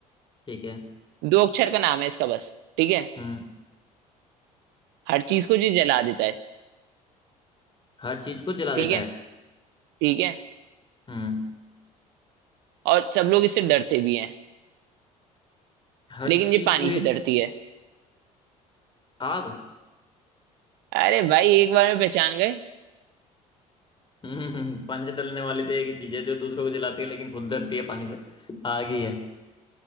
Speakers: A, on the left; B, on the right.
A: ठीक है
B: दो अक्षर का नाम है इसका बस ठीक है
A: हम्म
B: हर चीज को ये जला देता है
A: हर चीज को जला देता
B: ठीक है
A: है
B: ठीक है
A: हम्म
B: और सब लोग इससे डरते भी हैं
A: हर
B: लेकिन
A: चीज
B: ये पानी
A: को ये
B: से डरती है
A: आग
B: अरे भाई एक बार में पहचान गए
A: <laughs> हम्म हम्म, हम्म, पानी से डलने वाली तो एक ही चीज है जो दूसरों को जलाती है लेकिन खुद डरती है पानी से आग ही है